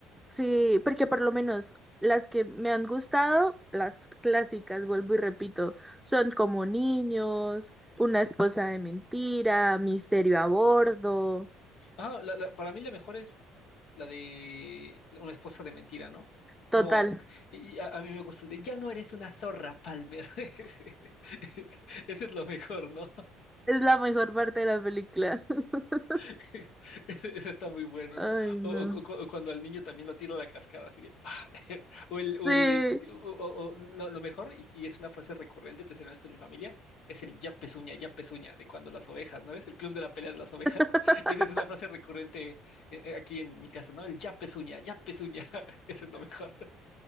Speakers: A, in the centre; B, on the left (about 70°).
A: Sí, porque por lo menos las que me han gustado, las clásicas, vuelvo y repito, son como niños, una esposa de mentira, misterio a bordo.
B: Ah, la- la- para mí la mejor es la de una esposa de mentira, ¿no? Como,
A: Total,
B: y y a, a mí me gusta el de, ya no eres una zorra, Palmer. <laughs> Ese es lo mejor, ¿no?
A: es la mejor parte de la película. <laughs>
B: <laughs> Ese ese está muy bueno,
A: Ay,
B: ¿no?
A: no.
B: O, o- o cu- o cuando al niño también lo tira a la cascada, así de ¡pah! <laughs> O el, o
A: Sí.
B: el de. O, o- o lo, lo mejor, y, y es una frase recurrente, te seré honesto en mi familia, es el ya pezuña, ya pezuña, de cuando las ovejas, ¿no? Es el club de la pelea de las ovejas.
A: <laughs>
B: <laughs> Esa es una frase recurrente eh, eh, aquí en mi casa, ¿no? El ya pezuña, ya pezuña. <laughs> Ese es lo mejor.